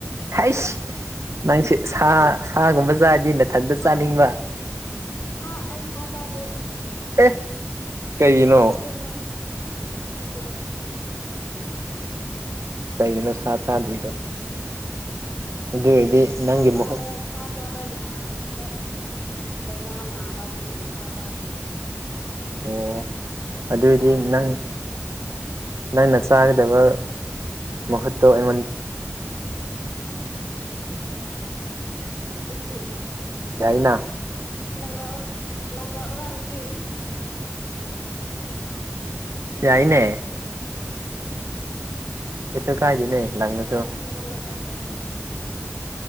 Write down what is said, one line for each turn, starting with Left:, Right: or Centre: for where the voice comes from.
Right: ꯍꯩꯁ ꯅꯪꯁꯦ ꯁꯥ ꯁꯥꯒꯨꯝꯕ ꯆꯥꯔꯗꯤ ꯅꯊꯟꯇ
Left: ꯍꯥ
Right: ꯆꯥꯅꯤꯡꯕ꯫
Left: ꯁꯥ ꯑꯩ ꯁꯥ ꯆꯥꯗꯦ꯫
Right: ꯑꯦ꯫ ꯀꯩꯒꯤꯅꯣ
Left: ꯕꯤꯖꯤꯇꯦꯔꯤꯌꯥꯟꯅꯦ ꯑꯩ ꯕꯤꯖꯤꯇꯦꯔꯤꯌꯥꯟꯅꯦ꯫
Right: ꯀꯩꯒꯤꯅ ꯁꯥ ꯆꯥꯗ꯭ꯔꯤꯗꯣ꯫ ꯑꯗꯨ ꯑꯣꯏꯔꯗꯤ
Left: ꯁꯥ
Right: ꯅꯪꯒꯤ
Left: ꯆꯥꯕ
Right: ꯃꯍꯨꯠ
Left: ꯁꯥ ꯆꯥꯕ ꯌꯥꯗꯨꯗ ꯂꯥꯏꯅꯥ ꯅꯥꯕ ꯑꯗꯨꯒꯤ ꯁꯥ ꯆꯥꯗꯦ
Right: ꯑꯣ ꯑꯗꯨꯑꯣꯏꯗꯤ
Left: ꯊꯥꯎꯒꯨꯝꯕꯁꯨ
Right: ꯅꯪ ꯅꯪꯅ ꯆꯥꯒꯗꯕ ꯃꯍꯨꯠꯇꯣ ꯑꯩꯉꯣꯟꯗ
Left: <unintelligible> <unintelligible>
Right: ꯌꯥꯏꯅꯥ
Left: ꯂꯪꯔꯛ ꯂꯪꯔꯛꯑꯣꯔꯥ ꯍꯧꯖꯤꯛ
Right: ꯌꯥꯏꯅꯦ ꯀꯩꯁꯨ ꯀꯥꯏꯗꯦꯅꯦ ꯂꯪꯉꯥꯁꯨ
Left: ꯍꯣꯔꯦꯟ ꯑꯍꯤꯡꯗ ꯂꯪꯂꯛꯀꯦ